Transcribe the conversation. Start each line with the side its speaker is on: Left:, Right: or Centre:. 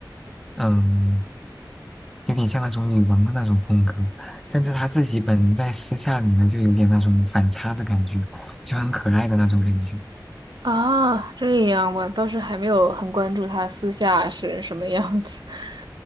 Centre: 嗯，有点像那种女王的那种风格。但是她自己本人在私下里呢，就有点那种反差的感觉，就很可爱的那种感觉。
Right: 啊。这样，我倒是还没有很关注她私下是什么样子。<laughs>